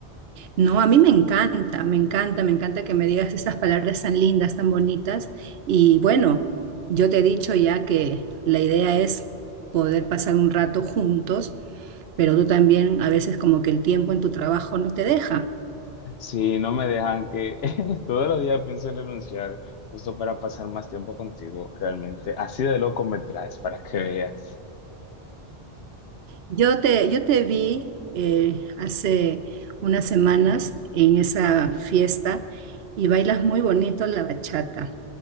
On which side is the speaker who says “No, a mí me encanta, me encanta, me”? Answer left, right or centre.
Right